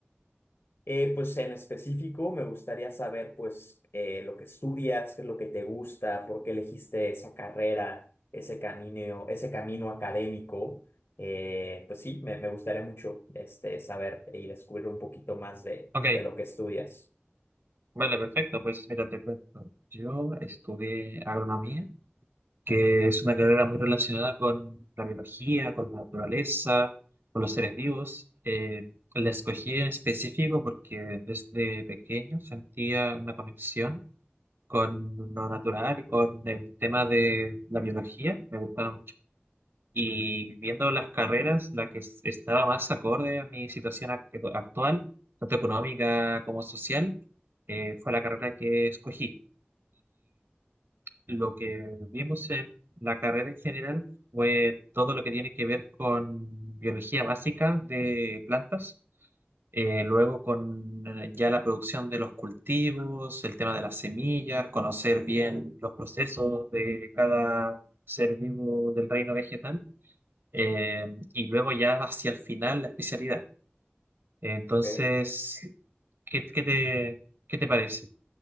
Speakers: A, on the left; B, on the right.
A: Eh, pues en específico me gustaría saber pues eh, lo que estudias, qué es lo que te gusta, por qué elegiste esa carrera, ese camino, ese camino académico. Eh, pues sí, me, me gustaría mucho este, saber y descubrir un poquito más de,
B: Ok,
A: de lo que estudias.
B: vale, perfecto. Pues mira, te cuento. Yo estudié agronomía que es una carrera muy relacionada con la biología, con la naturaleza, con los seres vivos. Eh, la escogí en específico porque desde pequeño sentía una conexión con lo natural y con el tema de la biología, me gustaba mucho. Y viendo las carreras, la que es- estaba más acorde a mi situación ac- actual, tanto económica como social, eh, fue la carrera que escogí. Lo que vimos en la carrera en general fue todo lo que tiene que ver con biología básica de plantas, eh, luego con eh, ya la producción de los cultivos, el tema de las semillas, conocer bien los procesos de cada ser vivo del reino vegetal, eh, y luego ya hacia el final la especialidad. Entonces,
A: Ok.
B: ¿qué, qué te, qué te parece?